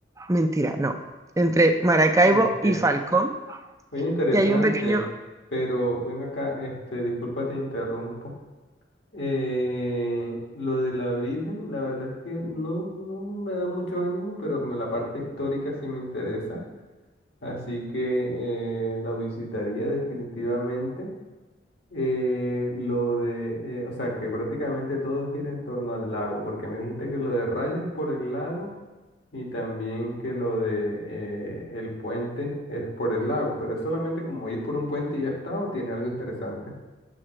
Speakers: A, on the right; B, on the left.
A: mentira, no, entre Maracaibo
B: Ok,
A: y Falcón,
B: muy interesante.
A: que hay un pequeño,
B: Pero ven acá, este, disculpa, te interrumpo. Eh, lo de la Virgen, la verdad es que no, no me da mucho ánimo, pero me- la parte histórica sí me interesa, así que eh, la visitaría definitivamente. Eh, lo de, eh, o sea, que prácticamente todo gira en torno al lago, porque me dijiste que lo de rayos es por el lago y también que lo de eh, el puente es por el lago, pero es solamente como ir por un puente y ya está, o tiene algo interesante.